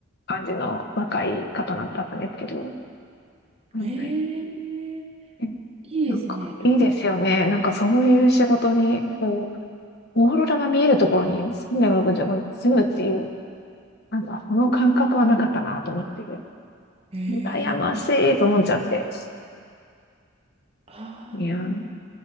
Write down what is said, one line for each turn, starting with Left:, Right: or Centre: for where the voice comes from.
Left: 感じの若い方だったんですけど、うんはい
Right: へえ、
Left: え
Right: いいですね。
Left: なんか、いいですよね。
Right: なんか、
Left: なんかそういう仕事に、こう、オーロラが見えるところに365日住むっていう、なんかその感覚はなかったなと思って。
Right: へえ、
Left: 羨ましいと思っちゃって。
Right: ああ、
Left: いやー、